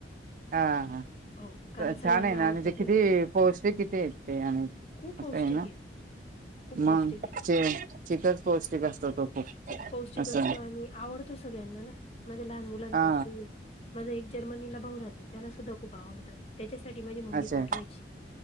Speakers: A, on the right; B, on the left.
A: आ हा
B: हो कारण
A: त
B: सगळ्यांना
A: छान आहे ना
B: आवडतात
A: म्हणजे किती,
B: ते
A: पौष्टिक किती येत ते आणि
B: खूप
A: असं
B: पौष्टिक
A: आहे ना
B: येत. खूप पौष्टिक
A: मग
B: येत,
A: ते चिकच पौष्टिक असतो तो खूप
B: चिक पौष्टिक
A: असं
B: असतो आणि आवडतो सगळ्यांना <unintelligible> माझ्या लहान मुलांन
A: हा
B: पासून माझ एक <unintelligible> जर्मनीला भाऊ राहतो, त्याला सुद्धा खूप आवडतात, त्याच्यासाठी माझी मम्मी
A: अच्छा
B: पाठवायची.